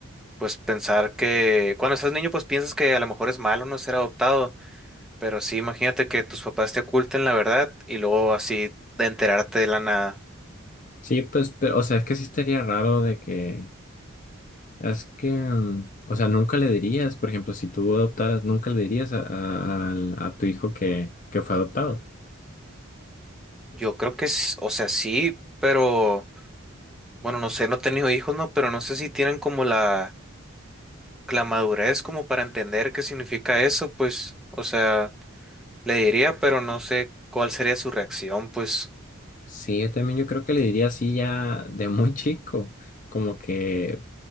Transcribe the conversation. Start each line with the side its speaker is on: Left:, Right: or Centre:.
Centre: pues pensar que cuando estás niño, pues piensas que a lo mejor es malo no ser adoptado, pero sí, imagínate que tus papás te oculten la verdad y luego así de enterarte de la nada.
Left: Sí, pues, pero, o sea, es que sí estaría raro de que, es que, mm, o sea, nunca le dirías, por ejemplo, si tú adoptaras, nunca le dirías a, a- al- a tu hijo que, que fue adoptado.
Centre: Yo creo que es, o sea, sí, pero bueno, no sé, no he tenido hijos, ¿no? Pero no sé si tienen como la, la madurez como para entender qué significa eso, pues, o sea. Le diría, pero no sé cuál sería su reacción, pues.
Left: Sí, yo también yo creo que le diría así ya de muy chico, como que